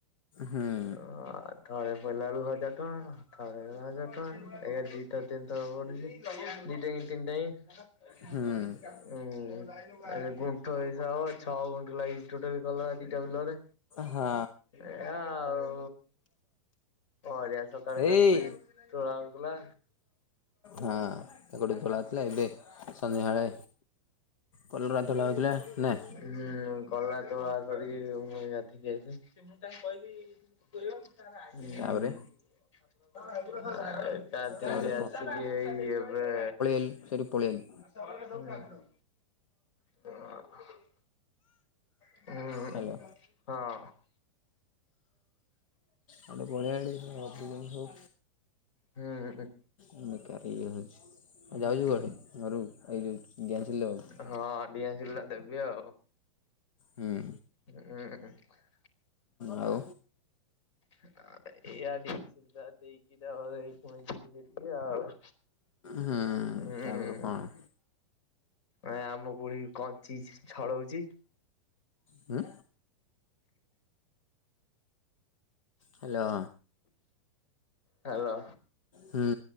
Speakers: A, on the left; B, on the left.
A: ହୁଁ
B: ଆଁ ଥରେ ପିଇଲା ବେଳକୁ ହଜାର ଟଙ୍କା। ଥରେକେରେ ହଜାର ଟଙ୍କା ଏୟା ଦିଥର ତିନି ଥର ପଡୁଛି ଦି ଟାଇମ୍ ତିନି ଟାଇମ୍। ଉଁହୁଁ।
A: ହୁଁ
B: ଗୁଣ୍ଠ ହିସାବ ଛଅ ଗୁଣ୍ଠ ଲାଗିଛି ଟୋଟାଲ୍ କଲରା ଦିଟା ବିଲରେ।
A: ହଁ
B: ଏୟା ଆଉ ପରିବା ସକାଳେ
A: ଏଇ
B: କାକୁଡି ତୋଳା ହୋଉଥିଲା।
A: ହଁ କାକୁଡି ତୋଳା ହେଲା ଏବେ ସନ୍ଧ୍ୟାବେଳେ କଲରା ତୋଳା ହଉଥିଲା ନା
B: ହୁଁ କଲରା ତୋଳା ସରିକି ମୁଁ ଗାଧେଇକି ଆଇଲି। ହୁଁ। <unintelligible>
A: ତାପରେ
B: ଗାଧୋଇକି
A: ତାପରେ
B: ଆସିକି ହେଇ <unintelligible> ଏବେ
A: ସେଠୁ ପଳେଇ ଆଇଲି।
B: <inaudible> ଜାଣିଛି। <unintelligible> ହଁ ହୁଁ-ହଁ।
A: ହ୍ୟାଲୋ ଗୋଟେ ବଢ଼ିଆ ଏଡି ସେମାନେ ଗପୁଛନ୍ତି ସବୁ।
B: ହୁଁ।
A: ମୁ ବେକାରାରେ ଇଏ ହେଉଛି ଆଉ
B: ହୁଁ
A: ଯାଉଛୁ କୁଆଡେ ଘରୁକୁ ଏଇ ଯେଉ ଡିଆସିଲ ଦବାକୁ।
B: ହଁ ଡିଆସିଲ୍ ଟା ଦେବି ଆଉ।
A: ହୁଁ।
B: ହୁଁ।
A: ଆଉ
B: ଏ ଆଦି। ଦେଇକି ଯାଅ ଏଇ ପୁଣି ଯିବ ସେ ଟିକେ ଆଉ।
A: ହୁଁ
B: ହୁଁ
A: ତାପରେ କଣ
B: ଏ ଆମ ବୁଢ଼ୀ କଞ୍ଚି ଛଡଉଛି।
A: ହୁଁ ହ୍ୟାଲୋ।
B: ହ୍ୟାଲୋ
A: ହୁଁ